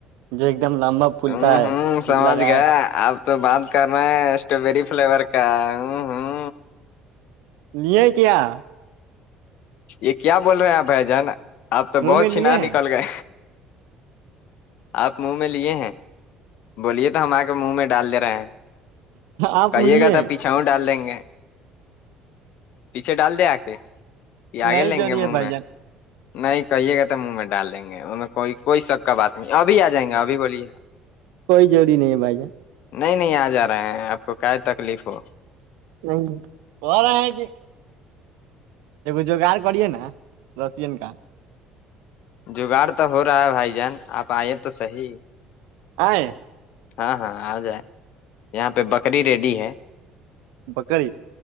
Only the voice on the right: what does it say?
جو ایک دم لمبا پھولتا
ہے
لگائے
نہیں کیایا <unintelligible>
منہ
میں لیے
ہیں
آپ
لیے
ہیں
نہیں
جوڑی
بھائی
جان
کوئی جڑی نہیں ہے بھائی جن
نہیں ہو رہے ہیں کہ ایگ جوگار کریے نا رسین کا
آ <unintelligible>
بکری